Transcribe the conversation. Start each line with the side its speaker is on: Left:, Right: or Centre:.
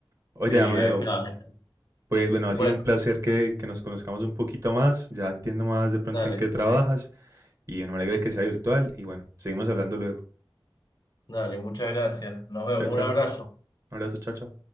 Right: Oye,
Left: Sí,
Right: Amadeo,
Left: eh, no, es-
Right: pues bueno,
Left: Bueno,
Right: ha sido un placer que, que nos conozcamos un poquito más. Ya entiendo más de pronto
Left: dale,
Right: en qué trabajas. Y bueno, me alegra que sea virtual. Y bueno, seguimos hablando luego.
Left: dale, muchas gracias. Nos vemos,
Right: Chao, chao.
Left: un abrazo.
Right: Un abrazo, chao, chao.